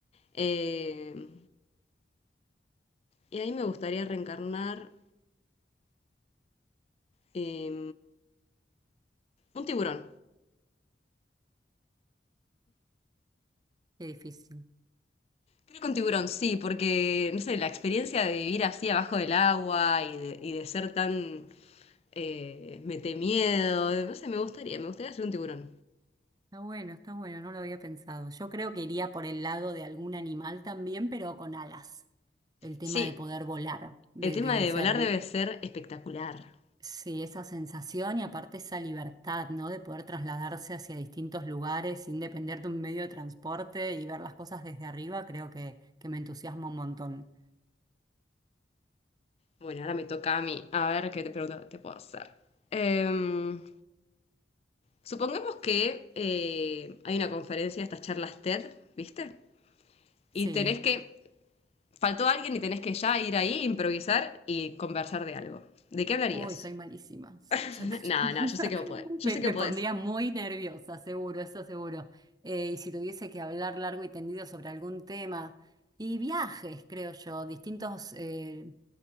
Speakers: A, on the left; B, on the right.
A: Eh, y ahí me gustaría reencarnar eh, un tiburón.
B: Qué difícil.
A: Creo que un tiburón, sí, porque, no sé, la experiencia de vivir así abajo del agua y de, y de ser tan... eh, mete miedo, no sé, me gustaría, me gustaría ser un tiburón.
B: Está bueno, está bueno, no lo había pensado. Yo creo que iría por el lado de algún animal también, pero con alas. El tema
A: Sí,
B: de poder volar, de,
A: el tema
B: de
A: de
B: ser
A: volar debe ser espectacular.
B: Sí, esa sensación y aparte esa libertad, ¿no? De poder trasladarse hacia distintos lugares sin depender de un medio de transporte y ver las cosas desde arriba, creo que, que me entusiasma un montón.
A: Bueno, ahora me toca a mí. A ver qué te pregunta te puedo hacer. Em, supongamos que eh, hay una conferencia, estas charlas TED, ¿viste?
B: Sí.
A: Y tenés que faltó alguien y tenés que ya ir ahí, improvisar y conversar de algo. ¿De qué hablarías?
B: Uy, soy malísima.
A: <laughs>
B: Soy
A: Nada,
B: <laughs> malísima.
A: nada, yo sé que vos podés. Yo
B: Me,
A: sé
B: me
A: que podés.
B: pondría muy nerviosa, seguro, eso seguro. Eh, y si tuviese que hablar largo y tendido sobre algún tema. Y viajes, creo yo, distintos eh,